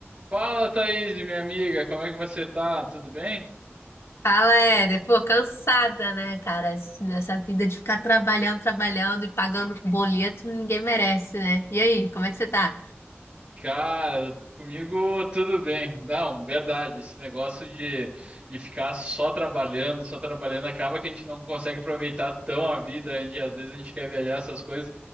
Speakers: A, on the right; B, on the left.
A: Fala, Thaís, minha amiga, como é que você tá? Tudo bem?
B: Fala, Éder. Pô, cansada, né, cara? Assim, Dessa vida de ficar trabalhando, trabalhando e pagando boleto, ninguém merece, né? E aí, como é que você tá?
A: Cara, comigo tudo bem. Não, verdade, esse negócio de, de ficar só trabalhando, só trabalhando, acaba que a gente não consegue aproveitar tão a vida, a gente, às vezes a gente quer viajar essas coisas.